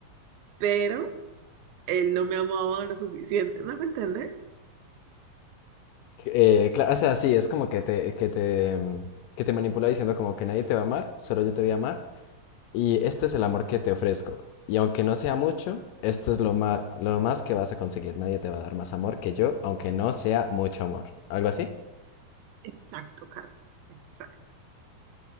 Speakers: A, on the right (about 80°); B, on the left (about 80°).
A: pero él no me amaba lo suficiente. ¿Me hago entender?
B: Eh, cla- o sea, sí, es como que te, que te, mm, que te manipula diciendo como que nadie te va a amar, solo yo te voy a amar. Y este es el amor que te ofrezco. Y aunque no sea mucho, esto es lo más, lo más que vas a conseguir. Nadie te va a dar más amor que yo, aunque no sea mucho amor. ¿Algo así?
A: Exacto, Carla. Exacto.